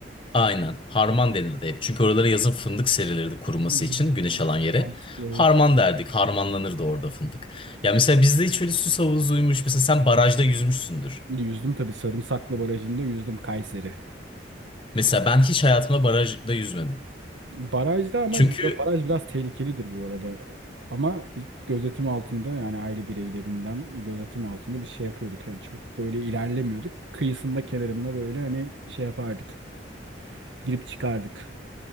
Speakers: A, on the left (about 30°); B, on the right (about 75°).
A: Aynen. Harman denirdi hep. Çünkü oralara yazın fındık serilirdi kuruması
B: Hı hı.
A: için güneş
B: Ha,
A: alan yere.
B: mantıklı evet.
A: Harman derdik. Harmanlanırdı orada fındık. Ya mesela bizde hiç öyle süs havuzuymuş. Mesela sen barajda yüzmüşsündür.
B: Yüzdüm tabii Sarımsaklı Barajı'nda yüzdüm Kayseri.
A: Mesela ben hiç hayatımda barajda yüzmedim.
B: Barajda ama
A: Çünkü
B: baraj biraz tehlikelidir bu arada. Ama gözetim altında yani aile bireylerinden gözetim altında bir şey yapıyorduk. Yani çok böyle ilerlemiyorduk. Kıyısında kenarında böyle hani şey yapardık. Girip çıkardık.